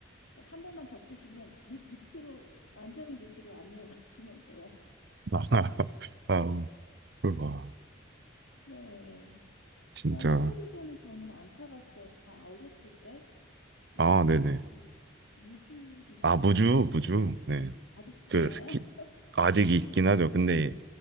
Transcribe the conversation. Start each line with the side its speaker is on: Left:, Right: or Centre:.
Left: 한 번만 겪으시면 밑, 밑으로, 완전히 밑으로 안 내려가시면 돼요.
Right: <laughs> 아, 그 와,
Left: 네.
Right: 진짜.
Left: 어, 한국에서는 저는 안 타봤어요. 아, 어렸을 때 무주?
Right: 아, 네네.
Left: 무주 리조트라는
Right: 아, 무주,
Left: 게
Right: 무주. 네.
Left: 아직도
Right: 그
Left: 있나요?
Right: 스키,
Left: <laughs>
Right: 아직 있긴 하죠. 근데